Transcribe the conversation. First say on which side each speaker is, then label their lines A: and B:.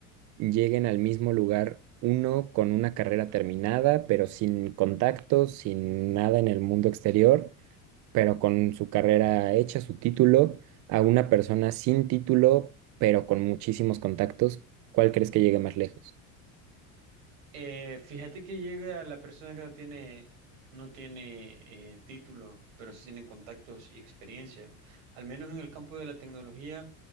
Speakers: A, on the right; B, on the right.
A: lleguen al mismo lugar, uno con una carrera terminada, pero sin contactos, sin nada en el mundo exterior, pero con su carrera hecha, su título, a una persona sin título, pero con muchísimos contactos? ¿Cuál crees que llegue más lejos?
B: Eh, fíjate que llega la persona que no tiene, no tiene eh, título, pero sí tiene contactos y experiencia. Al menos en el campo de la tecnología,